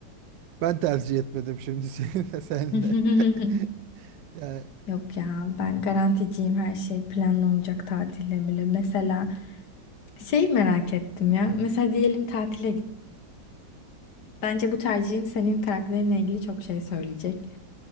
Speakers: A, on the right; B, on the left.
A: Ben tercih etmedim şimdi <laughs> seninle senle.
B: <laughs>
A: <laughs> Yani
B: Yok ya, ben garanticiyim her şey planlı olacak tatilde bile. Mesela şey merak ettim ya. Mesela diyelim tatile Bence bu tercihin senin karakterinle ilgili çok şey söyleyecek.